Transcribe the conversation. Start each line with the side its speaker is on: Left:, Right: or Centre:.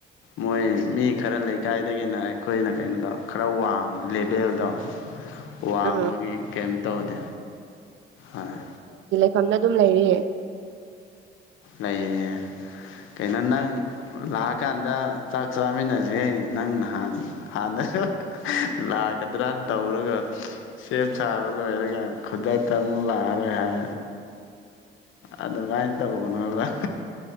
Left: ꯃꯣꯏ ꯃꯤ ꯈꯔ ꯂꯩꯀꯥꯏꯗꯒꯤꯅ ꯑꯩꯈꯣꯏꯅ ꯀꯩꯅꯣꯗ ꯈꯔ ꯋꯥꯡꯕ ꯂꯦꯚꯦꯜꯗꯣ ꯋꯥꯡꯕꯒꯤ
Right: ꯎꯝ
Left: ꯀꯩꯝ ꯇꯧꯗꯦ ꯑꯣꯏ
Right: ꯃꯐꯝꯗ ꯑꯗꯨꯝ ꯂꯩꯔꯤꯌꯦ
Left: ꯂꯩꯅꯦ ꯀꯩꯅꯣ ꯅꯪ ꯂꯥꯛꯑꯀꯥꯟꯗ ꯆꯥꯛ ꯆꯥꯃꯤꯟꯅꯁꯦ ꯅꯪꯥꯟ ꯍꯥꯟꯅ <unintelligible> ꯂꯥꯛꯀꯗ꯭ꯔꯅ ꯇꯧꯔꯒ ꯁꯦꯝ ꯁꯥꯕ ꯂꯣꯏꯔꯒ ꯈꯨꯗꯛꯇ ꯑꯃꯨꯛ ꯂꯥꯛꯑꯔꯣꯏ ꯍꯥꯏ ꯑꯗꯨꯃꯥꯏꯅ ꯇꯧꯕꯅꯣꯒ